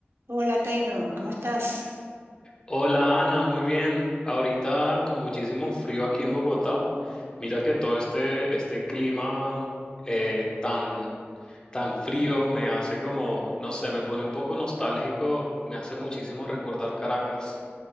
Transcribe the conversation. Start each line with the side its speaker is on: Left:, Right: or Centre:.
Right: Hola Taylor, ¿cómo estás?
Left: Hola Ana, muy bien. Ahorita con muchísimo frío aquí en Bogotá. Mira que todo este, este clima eh, tan, tan frío me hace como, no sé, me pone un poco nostálgico, me hace muchísimo recordar Caracas.